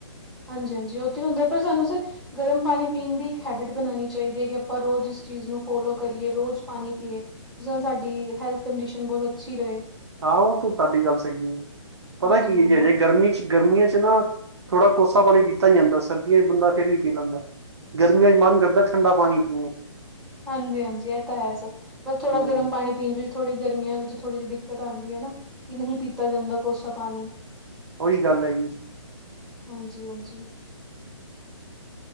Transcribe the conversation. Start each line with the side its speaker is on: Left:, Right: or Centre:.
Centre: ਹਾਂਜੀ ਹਾਂਜੀ ਓ ਤੇ ਹੁੰਦਾ, ਪਰ ਸਾਨੂੰ ਸਰ ਗਰਮ ਪਾਣੀ ਪੀਣ ਦੀ ਇੱਕ ਹੈਬਿਟ ਬਣਾਣੀ ਚਾਈਦੀ ਐ ਕਿ ਆਪਾਂ ਰੋਜ਼ ਇਸ ਚੀਜ਼ ਨੂੰ ਫੋਲੋ ਕਰੀਏ, ਰੋਜ਼ ਪਾਣੀ ਪੀਏ। ਜੋ ਸਾਡੀ ਹੈਲਥ ਕੰਡੀਸ਼ਨ ਬਹੁਤ ਅੱਛੀ ਰਏ।
Right: ਆਓ ਤਾ ਸਾਡੀ ਗੱਲ ਸਈ ਐ, ਪਤਾ
Centre: ਹਾਂਜੀ
Right: ਕੀ
Centre: ਹਨਾ।
Right: ਐ ਗਰਮੀ ਗਰਮੀਆਂ ਚ ਨਾ, ਥੋੜਾ ਕੋਸਾ ਪਾਣੀ ਪੀਤਾ ਨੀ ਜਾਂਦਾ ਸਰਦੀਆਂ ਚ ਬੰਦਾ ਫੇਰ ਵੀ ਪੀ ਲੈਂਦਾ। ਗਰਮੀਆਂ ਚ ਮਨ ਕਰਦਾ ਠੰਡਾ ਪਾਣੀ ਪੀਣ
Centre: ਹਾਂਜੀ ਹਾਂਜੀ ਇਹ ਤਾਂ ਹੈ, ਸਰ ਬਸ ਥੋੜਾ
Right: ਹਮ
Centre: ਗਰਮ ਪਾਣੀ। ਪੀਣ ਥੋੜ੍ਹੀ ਗਰਮੀਆਂ ਵਿੱਚ ਥੋੜ੍ਹੀ ਜਿਹੀ ਦਿੱਕਤ ਆਂਦੀ ਐ ਨਾ ਕਿ ਨਹੀਂ ਪੀਤਾ ਜਾਂਦਾ ਕੋਸਾ ਪਾਣੀ।
Right: ਉਈ ਗੱਲ ਐ ਜੀ।
Centre: ਹਾਂਜੀ ਹਾਂਜੀ,